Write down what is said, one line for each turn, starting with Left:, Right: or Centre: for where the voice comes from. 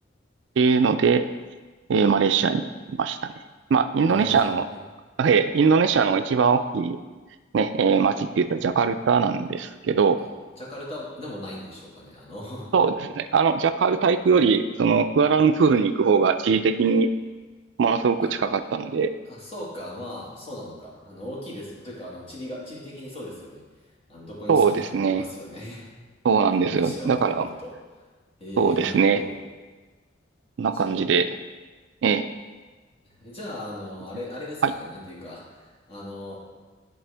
Right: ていうので、えーマレーシアに行きましたね。まあ、インドネシアの、
Left: なるほど。え
Right: えーインドネシアの一番大きいね、えー街って言ったらジャカルタなんですけど、
Left: え、ジャカルタでもないんでしょうかね。あの、<laughs>
Right: そうですね。あの、ジャカルタ行くより、その、クアラルンプールに行く方が地理的にものすごく近かったので、
Left: あ、あ、そうか、まあ、そうなのか。あの、大きいです。というか、あの、地理が、地理的にそうですよね。あの、どこに住むかにもよりますよね。
Right: そうですね。そうなんですよ。
Left: インドネシアを見てみると。
Right: だから、
Left: えー、
Right: そうですね。
Left: なるほど。
Right: こんな感じで、
Left: そうか。
Right: え
Left: えじゃあ、あの、
Right: ーはい。
Left: あれ、あれですかね。なんていうか、あの、